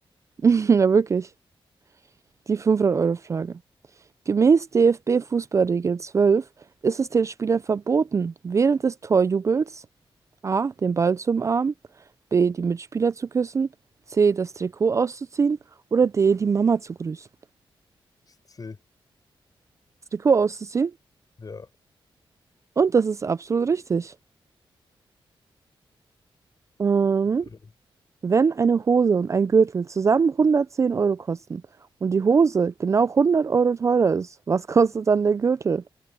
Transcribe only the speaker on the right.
<laughs> ja, wirklich. Die 500-Euro-Frage. Gemäß DFB-Fußballregel 12 ist es den Spielern verboten, während des Torjubels A. den Ball zu umarmen, B. die Mitspieler zu küssen, C. das Trikot auszuziehen oder D. die Mama zu grüßen.
Das Trikot auszuziehen?
Und das ist absolut richtig. Ähm,
Wenn eine Hose und ein Gürtel zusammen 110 Euro kosten und die Hose genau 100 Euro teurer ist, was kostet dann der Gürtel?